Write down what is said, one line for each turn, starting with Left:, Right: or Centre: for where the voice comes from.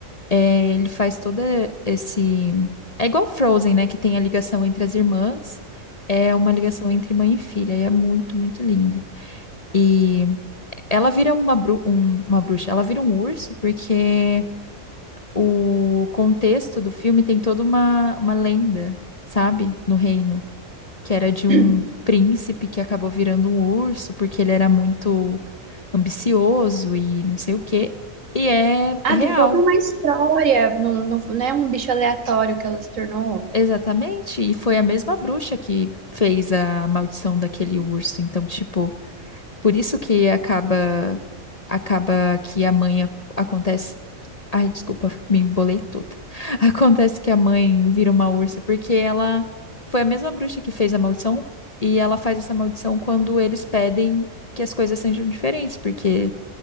Left: é, ele faz todo esse... É igual Frozen, né, que tem a ligação entre as irmãs, é uma ligação entre mãe e filha, e é muito, muito lindo. E ela vira uma, bru um- uma bruxa, ela vira um urso porque o contexto do filme tem toda uma, uma lenda, sabe? No reino, que era de
Right: <clears throat>
Left: um príncipe que acabou virando um urso porque ele era muito ambicioso e não sei o quê. E é
Right: Ah,
Left: real,
Right: tem toda uma história. Não, não, não é um bicho aleatório que ela se tornou.
Left: exatamente. E foi a mesma bruxa que fez a maldição daquele urso. Então, tipo, por isso que acaba acaba que a mãe ac- acontece Ai, desculpa, me embolei toda. <laughs> Acontece que a mãe vira uma ursa porque ela foi a mesma bruxa que fez a maldição e ela faz essa maldição quando eles pedem que as coisas sejam diferentes, porque